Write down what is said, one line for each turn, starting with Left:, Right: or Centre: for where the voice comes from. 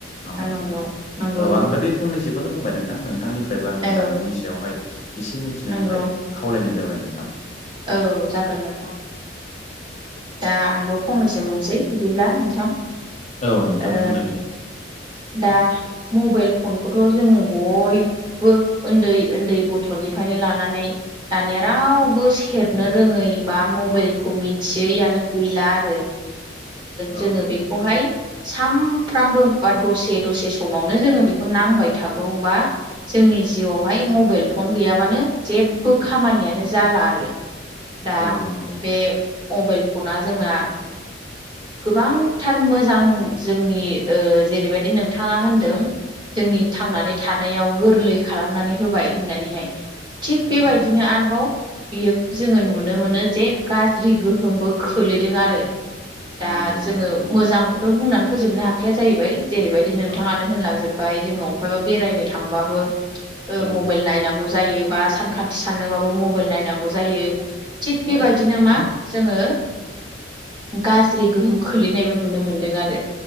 Left: होनबा नोंथां
Right: नंगौ नंगौ
Left: औ दा फंनैसोखौनो बुंबाय नोंथां नोंथांनिफ्रायबो आङो
Right: औ
Left: जानबुंनि सायावहाय एसे मिथिनो
Right: नंगौ
Left: थाखाय खावलायनाय जाबाय नोंथां।
Right: औ जागोन नोंथां दा आंबो फंनैसो बुंसै बिदिब्ला नोंथां।
Left: औ नोंथां
Right: ओ
Left: बुंनाय दे।
Right: दा मबाइल फनखौथ' जोङो बय उन्दै उन्दै गथ'निफ्रायनो लानानै दानिया रावबो सेरनो रोङै बा मबाइलखौ मिथियैआनो गैला आरो।
Left: औ
Right: जोङो
Left: औ
Right: बेखौहाय सानफ्रामबो बा दसे दसे समावनो जोङो बेखौ नांबाय थागौ बा जोंनि जिउआवहाय मबाइल फन गैयाबानो जेबबो
Left: नंगौ
Right: खामानियानो जाला आरो। दा
Left: औ नंगौ
Right: बे मबाइल फना जोंना गोबांथार मोजां जोंनि जेरैबायदि नों नोंथांङा होनदों जोंनि थांनानै थानायाव गोरलै खालामनानै होबाय होननानैहाय। थिग बेबायदिनो
Left: औ नोंथां
Right: आरोबाव बियो जोंङो नुनो मोनो जे गाज्रि गोहोमबो खोलैदों आरो। दा
Left: नंगौ नोंथां
Right: जोंङो मोजांखौथ' बुंनानै फोजोबनो हाखाया जाहैबाय जेरै बायदि। बनोंथांङ
Left: औ
Right: नो होनलां जोबबाय जोंङो अफायबा बेरायनो थांबाबो
Left: औ
Right: मबाइल नायनांगौ। जायो बा सानखान्थि साननोबाबो मबाइल नायनांगौ जायो। थिग बेबायदिनो
Left: औ नोंथां
Right: मा जोंङो। गाज्रि गोहोम खोलैनायबो नुनो मोनदों आरो।